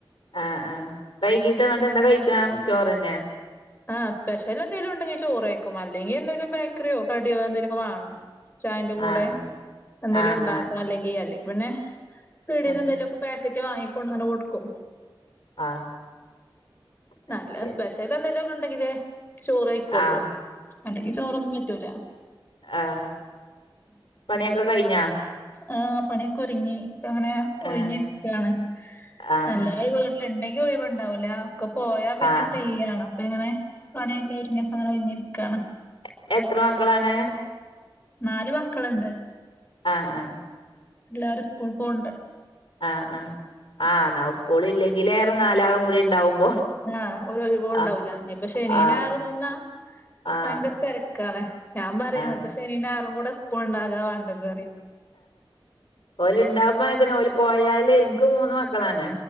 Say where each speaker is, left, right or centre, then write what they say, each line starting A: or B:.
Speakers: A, on the left (about 75°); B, on the left (about 25°).
A: ആഹ് ആ് വൈകീട്ട് വന്നിട്ടെന്താ കഴിക്കാ ചോറെന്നെ?
B: ആഹ് സ്പെ്ഷലെന്തേലുണ്ടെങ്കി ചോറ് കയിക്കും അല്ലെങ്കി എന്തേലും ബേക്കറിയോ, കടിയോ എന്തേലൊക്കെ വാണം ചായന്റെ കൂടെ
A: ആഹ്
B: എന്തെലുണ്ടാക്കണം
A: ആഹ് ആഹ്
B: അല്ലെങ്കി അല്ലെങ്കിപിന്നെ പിടേന്ന്
A: ആഹ്
B: എന്തെലൊക്ക പേക്കറ്റ് വാങ്ങിക്കൊണ്ടന്നാണ്ട് കൊടുക്കും
A: ആഹ് അത്
B: നല്ല
A: ശരി
B: സ്പെഷ ലന്തെങ്കിലുക്കെണ്ടങ്കില് ചോറയ്കൊള്ളൂ
A: ആഹ്
B: അല്ലെങ്കി ചോറൊന്നും പറ്റൂല
A: ആഹാ പണിയൊക്കെ കഴിഞ്ഞൊ?
B: ആഹാ പണിയൊക്കെ ഒരുങ്ങി ഇപ്പങ്ങെനെ ഒഴിഞ്ഞിരിക്കാണ്
A: ഏഹ്
B: <unintelligible>
A: ആഹ്
B: എല്ലണ്ടെങ്കി ഒഴുവ്ണ്ടാവുല ഒക്കെ പോയാ പിന്നെ
A: ആഹ്
B: ഫ്രീയാണ് അപ്പങ്ങനെ പണിയെ ല്ലാം ഒരുങ്ങിയപ്പൊ അങ്ങനെ ഒഴിഞ്ഞിരിക്കാണ്
A: എ എത്രെ മക്കളാണ്?
B: നാല് മക്കള്ണ്ട്
A: ആഹ ആഹ
B: എല്ലാരും സ്കൂളിൽപോണണ്ട്.
A: ആഹ് ആ ആഹ് നാ സ്കൂള് ഇല്ലെങ്കില് ഏറെ നാലാളും കൂടി ഉണ്ടാവുമ്പോ
B: ആഹ് ഒരു ഒഴിവും ഉണ്ടാവൂല്ല
A: ആഹ്
B: ഇനി പശേ ശനിയും
A: ആഹ്
B: ഞായറും വന്നാ
A: ആഹ്
B: ഭയങ്കര തിരക്കാണ്. ഞാൻ പറയും
A: ആഹ്
B: നിങ്ങക്ക് ശനീയും ഞായറും കൂടെ സ്കൂള് ഉണ്ടാകാവേണ്ടത്റയും
A: ഓലുണ്ടാവുമ്പോ അങ്ങനെ തന്നെ ഓല് പോയാല് എനിക്കും മൂന്ന് മക്കളാണെ